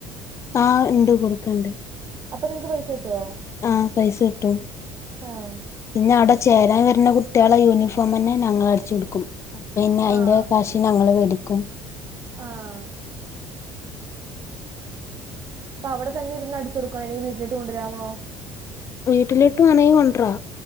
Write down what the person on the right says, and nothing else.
അപ്പ നിങ്ങക്ക് പൈസ കിട്ടുവോ
ആഹ്
ആഹ്
ആഹ് അപ്പ അവിടെ തന്നെ ഇര്ന്ന് അടിച്ച് കൊടുക്കാണോ വീട്ടിലോട്ട് കൊണ്ടുവരാമോ